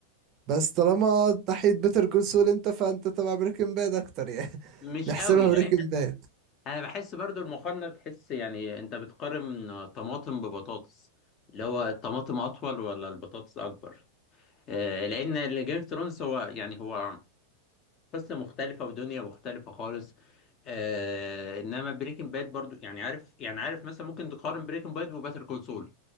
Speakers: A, on the right; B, on the left.
A: بس طالما ناحيه بيتر كول سول انت فانت تبع بريكنج باد اكتر يعني <laughs>
B: مش
A: نحسبها
B: قوي
A: بريكنج
B: لان
A: باد
B: انا بحس برضو المقارنه بتحس يعني انت بتقارن طماطم ببطاطس اللي هو الطماطم اطول ولا البطاطس اكبر آه لان اللي جيم اوف ثرونز هو يعني هو قصه مختلفه ودنيا مختلفه خالص آه انما بريكنج باد برضو يعني عارف يعني عارف مثلا ممكن تقارن بريكنج باد وباتر كول سول